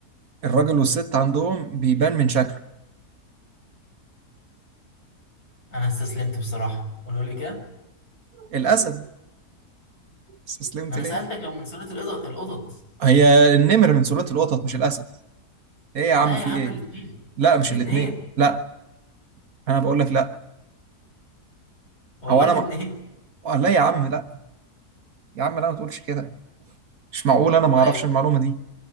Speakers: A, on the right (about 65°); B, on the left (about 45°).
A: الراجل والست عندهم بيبان من شكله
B: انا استسلمت بصراحة قولوا لي كده
A: الأسد استسلمت
B: ما انا
A: ليه
B: سألتك لو من سلالة القطط القطط
A: هي النمر من سلالة القطط مش الأسد إيه يا عم
B: لا
A: في
B: يا عم
A: إيه
B: الاتنين
A: لا مش
B: الاتنين
A: الاتنين لا أنا بقول لك لا
B: والله
A: هو أنا
B: الاتنين
A: ما... لا يا عم لا يا عم لا ما تقولش كده مش معقول أنا ما
B: طيب
A: أعرفش المعلومة دي